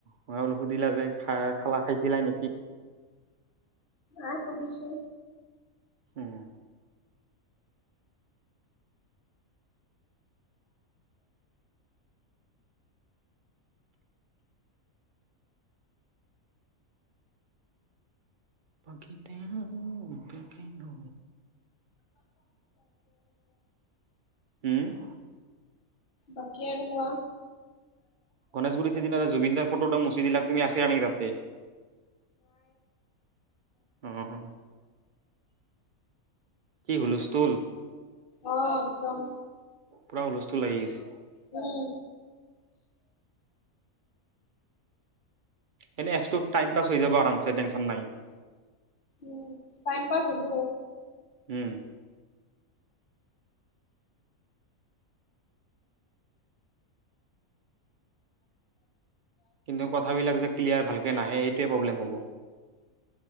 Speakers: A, on the right (about 55°); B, on the left (about 40°).
A: মই বোলো সুধিলা যে খা খালা খাইছিলা নেকি
B: আহ শুধিছো
A: উম পাখিতেও পাখি লো উম <unintelligible>
B: বাকী আৰু কোৱা
A: গণেশগুৰিত সেইদিনা জুবিনদাৰ ফটো এটা মুছি দিলাগ তুমি আছিলা নেকি তাতে <unintelligible> কি হুলস্থুল
B: অ একদম
A: পুৰা হুলস্থুল লাগি গৈছে
B: উম
A: এনে এক্সটোত টাইম পাছ হৈ যাব আৰাম চে টেনচন নাই
B: উ টাইম পাছ হব
A: উম কিন্তু কথাবিলাক যে ক্লিয়াৰ ভালকে নাহে এইটোৱে প্ৰব্লেম হ'ব